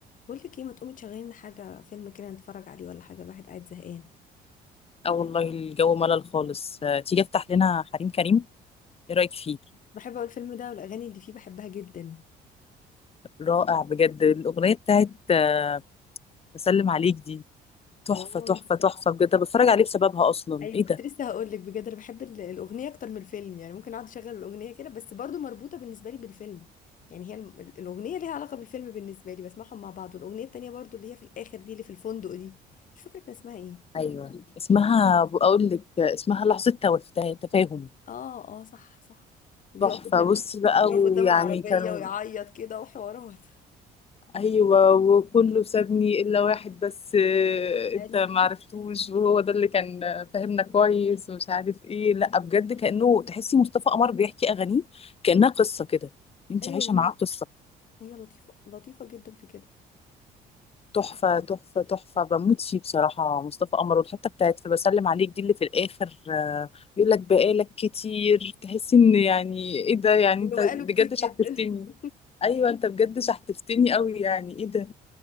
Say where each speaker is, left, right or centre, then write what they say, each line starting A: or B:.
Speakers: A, on the left (about 50°); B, on the left (about 35°).
A: بقول لك ايه ما تقومي تشغلي لنا حاجه فيلم كده نتفرج عليه ولا حاجه الواحد قاعد زهقان
B: اه والله الجو ملل خالص آه، تيجي افتح لنا حريم كريم ايه رايك فيه
A: بحب اقول الفيلم ده والاغاني اللي فيه بحبها جدا
B: رائع بجد الاغنيه بتاعت آه، بسلم عليك دي تحفه
A: اه
B: تحفه تحفه بجد أنا بتفرج عليه بسببها اصلا
A: ايوه
B: ايه
A: كنت
B: ده
A: لسه هقول لك بجد انا بحب ال- الاغنيه اكتر من الفيلم يعني ممكن اقعد اشغل الاغنيه كده بس برضو مربوطه بالنسبه لي بالفيلم يعني هي ال- ال- الاغنيه ليها علاقه بالفيلم بالنسبه لي بسمعهم مع بعض والاغنيه التانيه برضو اللي هي في الاخر دي اللي في الفندق دي مش فاكره كان اسمها ايه
B: ايوه اسمها بقول لك آه، اسمها لحظه توفاه تفاهم
A: اه اه صح صح ويقف
B: تحفه
A: قدام
B: بص بقى
A: يقف
B: ويعني
A: قدام العربيه
B: كانوا
A: ويعيط كده وحوارات
B: ايوه وكله سابني الا واحد بس آه،
A: قال
B: انت
A: لي
B: ما عرفتوش وهو ده اللي كان آه، فاهمنا كويس ومش عارف ايه لا بجد كانه تحسي مصطفى قمر بيحكي اغانيه كانها قصه كده انت
A: ايوه
B: عايشه معاه قصه
A: هي لطيفة لطيفة جدا في كده
B: تحفه تحفه تحفه بموت فيه بصراحه مصطفى قمر والحته بتاعت في بسلم عليك دي اللي في الاخر آه، يقول لك بقالك كتير تحسي ان يعني ايه ده يعني
A: انه
B: انت
A: بقاله
B: بجد
A: كتير جدا
B: شحتفتني
A: <laughs>
B: ايوه انت بجد شحتفتني قوي يعني ايه ده